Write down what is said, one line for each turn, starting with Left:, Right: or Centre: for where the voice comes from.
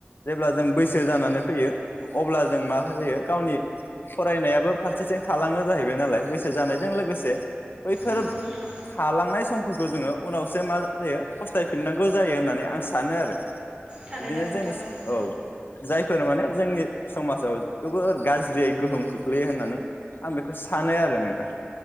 Left: जेब्ला जों बैसो जानानै फैयो अब्ला जों मा जायो गावनि। फरायनायाबो फारसेथिं थालाङो जाहैबाय नालाय बैसो जानायजों लोगोसे। बैफोरोब
Right: नंगौ नोंथां
Left: थालांनाय सम। फोरखौ जोङो उनावसो मा जायो फस्थायफिननांगौ जायो होननानै आं सानो आरो।
Right: थारैनो
Left: बिदिनो
Right: नोंथां
Left: जोङिस
Right: नंगौ
Left: औ जाय फोर माने जोंनि समाजाव जोबोर गाज्रियै गोहोम। खोख्लैयो होननानै आं बेखौ सानो आरो नोंथां।